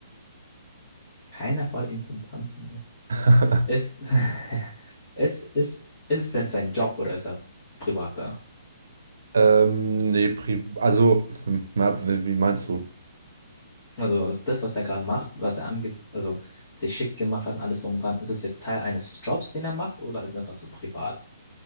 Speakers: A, on the left; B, on the right.
A: keiner fordert ihn zum Tanzen auf.
B: <laughs>
A: Ist, <laughs> ist, ist, ist <laughs> es denn sein Job oder ist er privat da?
B: Ähm, nee, pri also, hm, na, wie wie meinst du?
A: Also das, was er gerade macht, was er ange also sich schick gemacht hat und alles drum und dran, ist es jetzt Teil eines Jobs, den er macht, oder ist es einfach so privat?